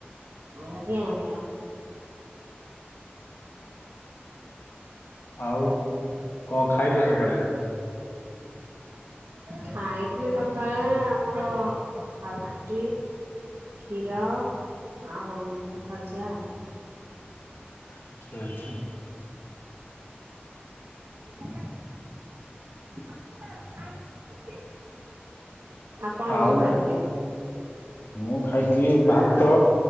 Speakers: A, on the right; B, on the left.
A: ଆଜ୍ଞା ଆଜ୍ଞା
B: ଆଉ କଣ ଖାଇଲେ ସକାଳେ?
A: ଖାଇଥିଲି ସକାଳେ ଆମର ଭା ରୁଟି। କ୍ଷୀର ଆଉ ଭଜା।
B: ଆଚ୍ଛା ଆଚଛା
A: <inaudible> <inaudible> ଆପଣ କଣ
B: ଆଉ
A: ଖାଇଥିଲେ?
B: ମୁଁ ଖାଇଥିଲି ଭାତ,